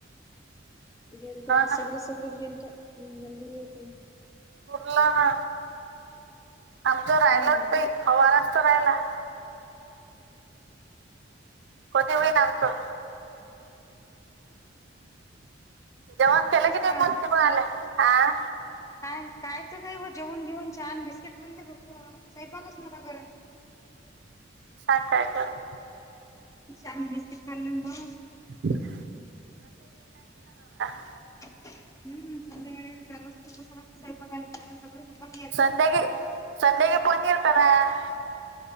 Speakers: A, on the left; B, on the right.
A: गेलतो
B: ना
A: सगळेच सगळेच गेलतो जण भरी होती...
B: बरलं ना आमचं
A: हम्म
B: राहिलाच नाही हवा <inaudible> राहिला होते होई <inaudible> जेवन केला
A: तेच
B: की नाही
A: ना
B: मूर्ती म्हणाले आ
A: काय कायच काही हो जेवण घेऊन छान बिस्किट खाल्ले फक्त स्वयंपाकच नका करे
B: <inaudible>
A: चहा बिस्कीट खाल्ले आण गोळ्या.
B: - <unintelligible> <inaudible>
A: संध्याकाळी चार वाजताच बसायला लागते स्वयंपाकाला कारण सगळेच उपाशी
B: <inaudible>